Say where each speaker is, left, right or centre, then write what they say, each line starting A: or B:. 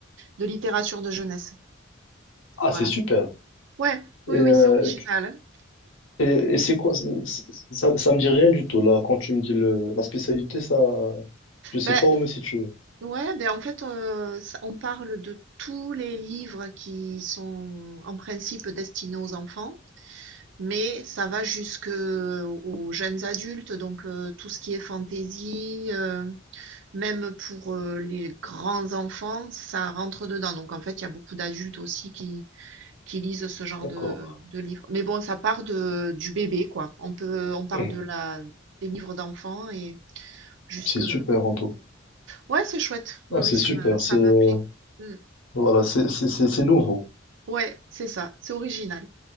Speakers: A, on the right; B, on the left.
A: de littérature de jeunesse.
B: Ah,
A: Voilà.
B: c'est super.
A: Ouais. Oui,
B: Et, euh,
A: oui, c'est original. hein.
B: et, et c'est quoi? c'est- Ça, ça me dit rien du tout, là. Quand tu me dis le, la spécialité, ça, je sais
A: Ben,
B: pas où me situer.
A: ouais, ben en fait, euh, ça- on parle de tous les livres qui sont en principe destinés aux enfants, mais ça va jusque aux jeunes adultes, donc euh, tout ce qui est fantaisie, Même pour, heu, les grands enfants, ça rentre dedans. Donc en fait, il y a beaucoup d'adultes aussi qui qui lisent ce genre
B: D'accord.
A: de de livres. Mais bon, ça part de du bébé, quoi. On peut on parle
B: Hmm.
A: de la des livres d'enfants et jusque
B: C'est super en tout.
A: ouais, c'est chouette. Oui,
B: Ah,
A: oui,
B: c'est
A: ça
B: super.
A: me ça
B: C'est
A: me
B: euh,
A: plaît. Mmh.
B: voilà, c'est c'est c'est c'est nouveau.
A: Ouais, c'est ça, c'est original.